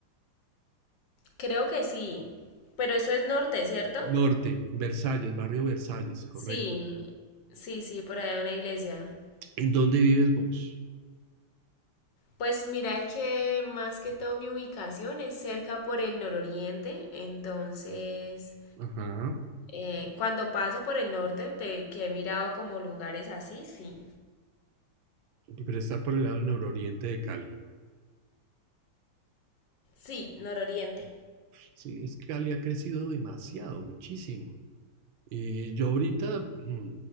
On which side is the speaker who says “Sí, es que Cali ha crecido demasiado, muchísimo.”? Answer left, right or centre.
Right